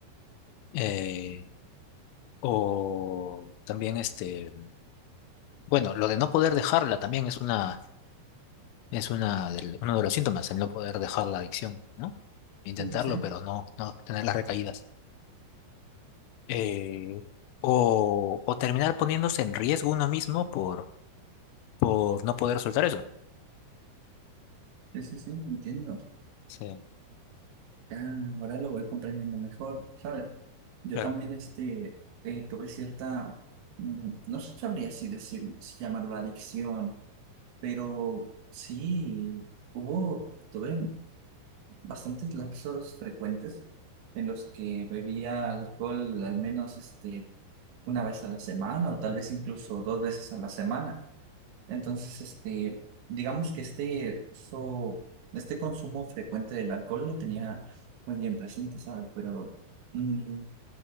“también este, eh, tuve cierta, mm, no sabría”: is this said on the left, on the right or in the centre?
Right